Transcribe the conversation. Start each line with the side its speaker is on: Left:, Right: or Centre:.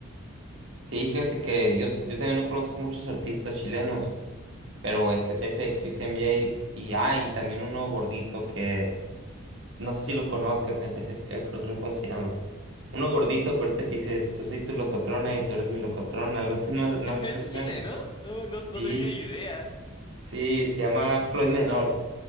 Right: Sí, fíjate que yo, yo también no conozco muchos artistas chilenos, pero ese, ese de Chris MJ y, ah, y también uno gordito que no sé si lo conozcas, eh, deja que acordarme cómo se llama. Uno gordito, gordito que dice, yo soy tu locotrona y tú eres mi locotrona, algo así, ¿no,
Left: <laughs>
Right: no has visto
Left: ¿Eso
Right: ese
Left: es
Right: meme?
Left: chileno? No, no, no
Right: Sí,
Left: tenía idea.
Right: sí, se llama Floyd Menor,